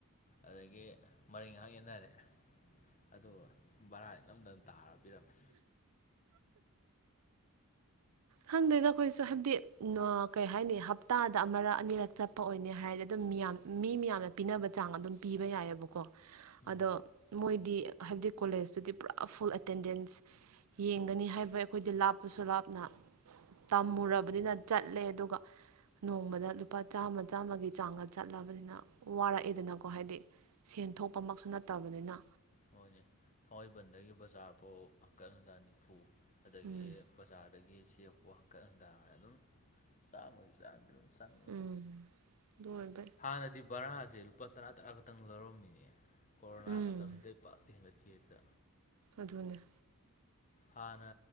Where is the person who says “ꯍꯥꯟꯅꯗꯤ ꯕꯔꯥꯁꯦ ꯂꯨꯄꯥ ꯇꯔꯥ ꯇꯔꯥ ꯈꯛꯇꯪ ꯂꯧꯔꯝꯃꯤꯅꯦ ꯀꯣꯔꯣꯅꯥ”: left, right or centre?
Left